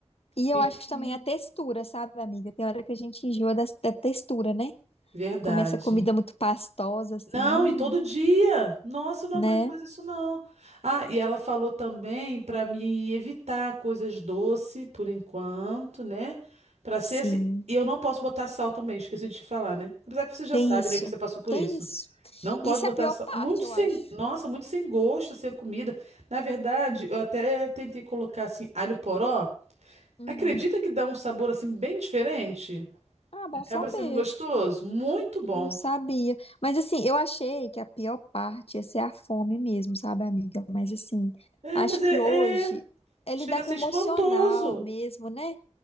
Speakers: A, on the left; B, on the right.
A: E eu
B: ingerir.
A: acho também a textura, sabe, amiga? Tem hora que a gente enjoa da, da textura, né?
B: Verdade.
A: começa a comida muito pastosa assim,
B: Não,
A: não,
B: e todo dia. Nossa, eu não
A: né?
B: aguento mais isso, não. Ah, e ela falou também para me evitar coisas doces por enquanto, né? Para ser
A: Sim.
B: assim. E eu não posso botar sal também, esqueci de te falar, né? Apesar que você já
A: Tem
B: sabe,
A: isso.
B: né, que você passou por
A: Tem
B: isso.
A: isso.
B: Não pode
A: Isso
B: botar
A: é a pior
B: sal.
A: parte,
B: Muito sem.
A: eu acho.
B: Nossa, muito sem gosto, assim, a comida. Na verdade, eu até tentei colocar, assim, alho poró.
A: Uhum.
B: Acredita que dá um sabor, assim, bem diferente?
A: Ah, bom
B: Acaba
A: saber.
B: sendo gostoso? Muito bom.
A: Não sabia. Mas assim, eu achei que a pior parte ia ser a fome mesmo, sabe, amiga? Mas assim,
B: É,
A: acho
B: mas é,
A: que hoje
B: é
A: é
B: Chega
A: lidar
B: a ser
A: com o
B: espantoso.
A: emocional mesmo, né?